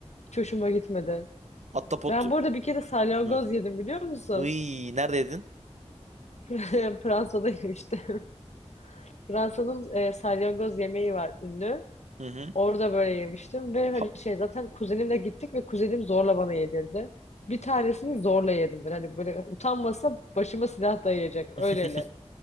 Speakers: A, on the left; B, on the right.
A: hiç hoşuma gitmedi.
B: Atta pot.
A: Ben burada bir kere salyangoz
B: Hı.
A: yedim biliyor musun?
B: Iy, neredeydin?
A: <laughs> Fransa'da yemiştim. <laughs> Fransa'nın e, salyangoz yemeği var ünlü.
B: Hı hı.
A: Orada böyle yemiştim ve hani
B: Ha-
A: şey zaten kuzenimle gittik ve kuzenim zorla bana yedirdi. Bir tanesini zorla yedim ben. Hani böyle utanmasa başıma silah dayayacak öyleli.
B: <laughs>